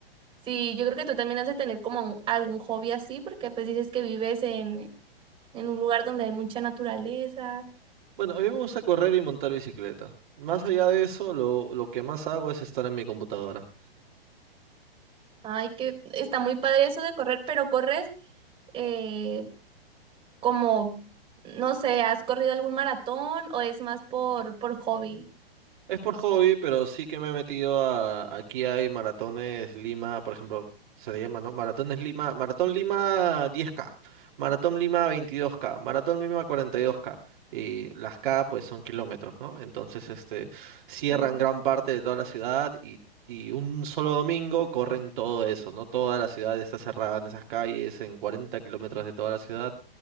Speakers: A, on the right; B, on the right.
A: sí, yo creo que tú también has de tener como un- algún hobby así, porque pues dices que vives en, en un lugar donde hay mucha naturaleza.
B: Bueno, a mí me gusta correr y montar bicicleta. Más allá de eso, lo, lo que más hago es estar en mi computadora.
A: Ay, que está muy padre eso de correr, pero corres eh, como, no sé, ¿has corrido algún maratón o es más por, por hobby?
B: Es por hobby, pero sí que me he metido a... Aquí hay maratones Lima, por ejemplo, se le llama, ¿no? Maratones Lima, Maratón Lima 10K, Maratón Lima 22K, Maratón Lima 42K. Y dos K. Y las K, pues, son kilómetros, ¿no? Entonces, este, cierran
A: Sí.
B: gran parte de toda la ciudad y, y un solo domingo corren todo eso, ¿no? Toda la ciudad está cerrada en esas calles, en 40 kilómetros de toda la ciudad